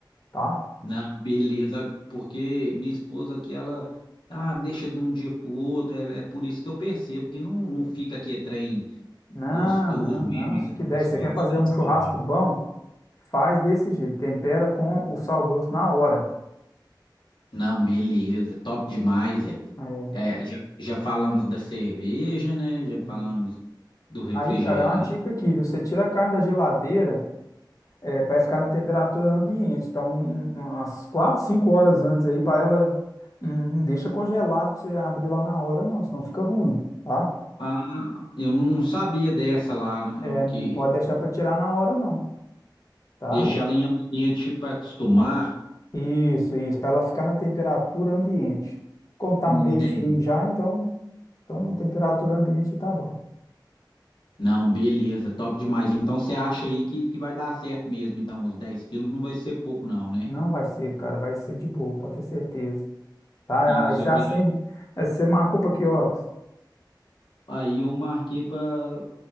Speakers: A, on the left; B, on the left.
A: tá?
B: Não, beleza, porque minha esposa aqui, ela ah, deixa de um dia pro outro, é, é por isso que eu percebo que não, não fica aqui trem
A: Não,
B: gostoso
A: não, não,
B: mesmo, igual
A: isso que
B: um
A: der.
B: churrasco
A: Você quer fazer
B: tradicional.
A: um churrasco bom? Faz desse jeito, tempera com o sal grosso na hora.
B: Não, beleza, top demais, velho.
A: É,
B: É, já, já falamos da cerveja, né? Já falamos
A: é.
B: do refrigerante.
A: Aí, cara, é uma dica aqui, viu? Você tira a carne da geladeira. É, para ficar na temperatura ambiente. Então, um- um- um, umas 4, 5 horas antes aí, para ela. Não não deixa congelado para você abrir lá na hora, não, senão fica ruim, tá?
B: Ah, eu não, não sabia dessa lá, né, não,
A: É, não
B: que
A: pode deixar para tirar na hora, não, tá?
B: deixa ela em ambiente para acostumar.
A: Isso, isso, para ela ficar na temperatura ambiente. Como tá
B: Entende.
A: meio frio já, então, então temperatura ambiente tá bom.
B: Não, beleza, top demais. Então você acha aí que, que vai dar certo mesmo. Então, os 10 quilos não vai ser pouco, não, né?
A: Não vai ser, cara, vai ser de boa, pode ter certeza, tá?
B: E os
A: Aí você
B: refrigerantes.
A: acende, aí você marcou para que horas?
B: Aí eu marquei para.